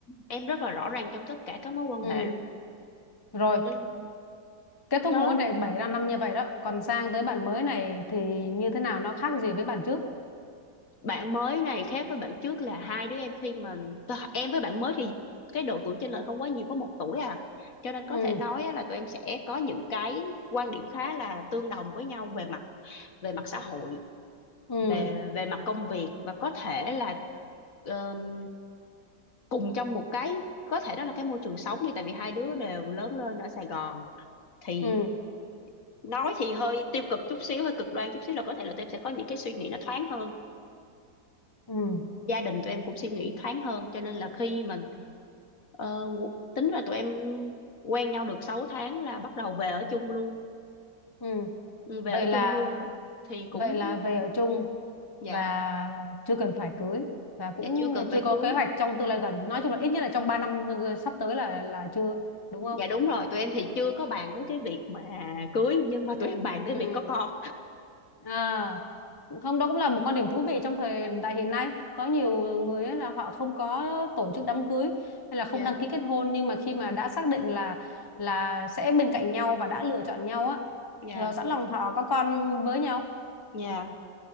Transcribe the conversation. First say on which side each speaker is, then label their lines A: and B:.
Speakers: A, on the left; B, on the left.
A: em rất là rõ ràng trong tất cả các mối quan
B: Ừ,
A: hệ luôn
B: rồi,
A: Nên
B: kết thúc
A: đó
B: mối quan hệ 7 năm năm như vậy đó. Còn sang tới bạn mới này thì như thế nào nó khác gì với bạn trước?
A: bạn mới này khác với bạn trước là hai đứa em khi mà t- em với bạn mới thì cái độ tuổi chênh lệch không quá nhiều có một tuổi à cho nên
B: Ừ,
A: có thể nói á là tụi em sẽ có những cái quan điểm khá là tương đồng với nhau về mặt về mặt xã hội
B: ừ,
A: về về mặt công việc và có thể là um, cùng trong một cái có thể đó là cái môi trường sống đi tại vì hai đứa đều lớn lên ở Sài Gòn thì
B: ừ,
A: nói thì hơi tiêu cực chút xíu hơi cực đoan chút xíu là có thể là tụi em sẽ có những cái suy nghĩ nó thoáng hơn
B: ừ,
A: gia đình tụi em cũng suy nghĩ thoáng hơn cho nên là khi mình ờ, tính là tụi em quen nhau được 6 tháng là bắt đầu về ở chung luôn
B: ừ.
A: Ừ, về
B: Vậy
A: ở
B: là
A: chung luôn thì cũng
B: vậy là về ở chung
A: dạ
B: và chưa cần phải cưới và cũng
A: dạ chưa cần
B: chưa
A: phải
B: có
A: cưới
B: kế hoạch trong tương lai gần. Nói chung là ít nhất là trong 3 năm sắp tới là là chưa, đúng không?
A: dạ đúng rồi tụi em thì chưa có bàn tới cái việc mà cưới nhưng mà tụi em bàn tới
B: Ừ.
A: việc có con
B: À, không đó cũng là một quan điểm thú vị trong thời đại hiện nay có nhiều người ấy là họ không có tổ chức đám cưới
A: <laughs>
B: hay là không
A: dạ
B: đăng ký kết hôn nhưng mà khi mà đã xác định là là sẽ bên cạnh nhau và đã lựa chọn nhau á
A: dạ
B: thì họ sẵn lòng họ có con với nhau
A: dạ